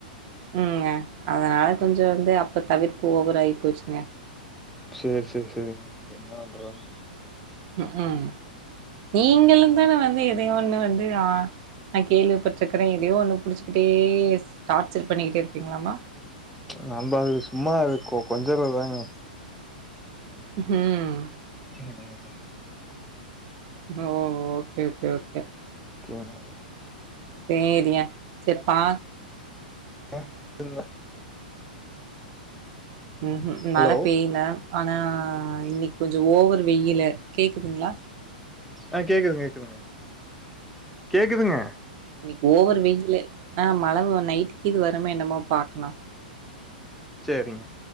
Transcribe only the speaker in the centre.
சேர் சேர் செரிங்க என்னா பண்றாது
ம்
நம்ப அது சும்மா அது கொஞ்சுரது தாங்க
ம்
கே தா தா
<unintelligible>
ஹலோ
ஆ கேக்குதுங்க கேக்குதுங்க கேக்குதுங்க
சேரிங்க